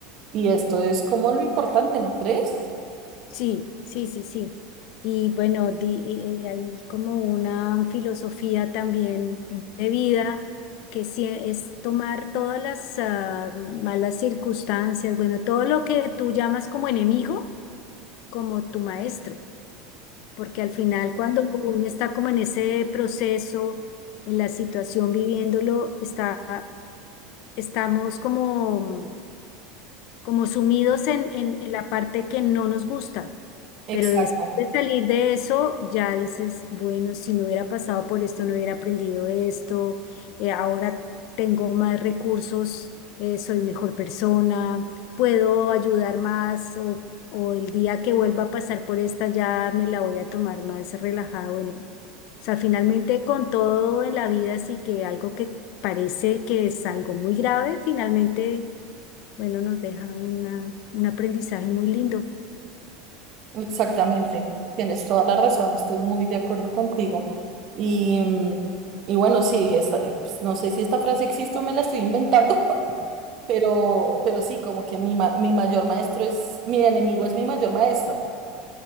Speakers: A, on the right; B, on the left.
A: y esto es como lo importante, ¿no crees?
B: Sí, sí, sí, sí. Y bueno, di- y- y hay como una filosofía también de vida que sí es tomar todas las ah, malas circunstancias, bueno, todo lo que tú llamas como enemigo, como tu maestro, porque al final cuando uno está como en ese proceso, en la situación viviéndolo, está, estamos como como sumidos en, en, en la parte que no nos gusta. Pero
A: Exacto,
B: después de salir de eso, ya dices, bueno, si no hubiera pasado por esto, no hubiera aprendido esto, eh, ahora tengo más recursos, eh, soy mejor persona, puedo ayudar más o, o el día que vuelva a pasar por esta ya me la voy a tomar más relajada. Bueno, o sea, finalmente con todo en la vida, sí que algo que parece que es algo muy grave, finalmente bueno, nos deja una, un aprendizaje muy lindo.
A: exactamente. Tienes toda la razón, estoy muy de acuerdo contigo. Y, mm, y bueno, sí, esta- eh, pues, no sé si esta frase existe o me la estoy inventando, <laughs> pero, pero sí, como que mi, ma- mi mayor maestro es, mi enemigo es mi mayor maestro.